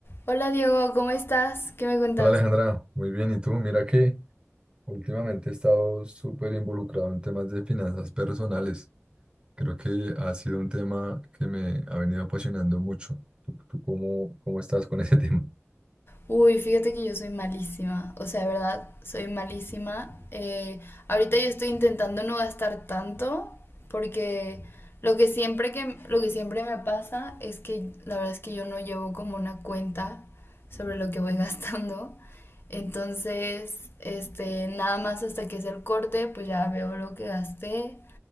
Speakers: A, on the left (about 50°); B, on the right (about 20°).
A: Hola Diego, ¿cómo estás? ¿Qué me cuentas?
B: Hola Alejandra, muy bien. ¿Y tú? Mira que últimamente he estado súper involucrado en temas de finanzas personales. Creo que ha sido un tema que me ha venido apasionando mucho. ¿Tú, tú cómo, cómo estás con <laughs> ese tema?
A: Uy, fíjate que yo soy malísima, o sea, de verdad, soy malísima. Eh, ahorita yo estoy intentando no gastar tanto porque lo que siempre que, lo que siempre me pasa es que la verdad es que yo no llevo como una cuenta sobre lo que voy <laughs> gastando. Entonces, este, nada más hasta que es el corte, pues ya veo lo que gasté.